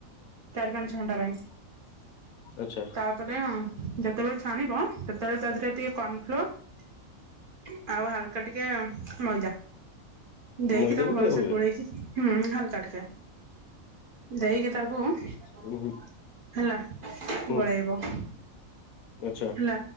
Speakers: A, on the right; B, on the left.
A: ଚାରି ପାଞ୍ଚ ଘଣ୍ଟା ପାଇଁ।
B: ଆଛା।
A: ତାପରେ ଉମ ଯେତେବେଳେ ଛାଣିବ, ସେତେବେଳେ ତା ଦେହରେ ଟିକେ କର୍ଣ ଫ୍ଲୋର ଆଉ ହାଲକା ଟିକେ ଉମ୍ ମଇଦା। ଦେଇକି
B: ମଇଦା
A: ତାକୁ
B: ବି
A: ଭଲସେ
B: ଦିଆ ହୁଏ
A: ଗୋଳେଇକି, ହୁଁ ହାଲକା ଟିକେ। ଦେଇକି ତାକୁ, ଉଁ
B: ହୁଁ ହୁଁ
A: ହେଲା
B: ହୁଁ
A: ଗୋଳେଇବ।
B: ଆଚ୍ଛା।
A: ତା